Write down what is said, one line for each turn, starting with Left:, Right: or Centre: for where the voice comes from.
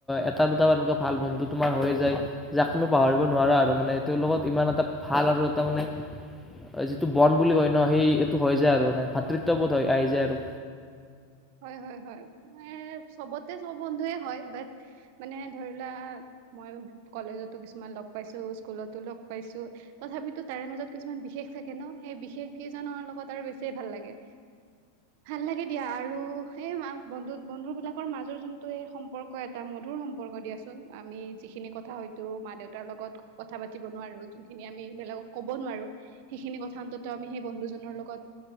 Centre: এটা দুটা এনেকুৱা ভাল বন্ধু তোমাৰ হৈ যায় যাক তুমি পাহৰিব নোৱাৰা আৰু মানে তেওঁৰ লগত ইমান এটা ভাল আৰু এটা মানে যিটো বন বুলি কয় ন' সেই এইটো হৈ যায় আৰু মানে ভাতৃত্ববোধ হৈ আহি যায় আৰু।
Right: হয়, হয়, হয় চবতে চব বন্ধুৱে হয় বাট মানে ধৰিলোৱা মই কলেজতো কিছুমান লগ পাইছো স্কুলতো লগ পাইছো তথাপিতো তাৰে মাজত কিছুমান বিশেষ থাকে ন' সেই বিশেষ কেইজনৰ লগত আৰু বেছ ভাল লাগে, ভাল লাগে দিয়া আৰু সে ম বন্ধু বন্ধু বিলাকৰ মাজৰ যোনটো এই সম্পৰ্ক এটা মধুৰ সম্পৰ্ক দিয়াচোন আমি যিখিনি কথা হয়তো মা দেউতাৰ লগত কথা পাতিব নোৱাৰো যোনখিনি আমি বেলেগক ক'ব নোৱাৰো সেইখিনি কথা অন্তত আমি সেই বন্ধুজনৰ লগত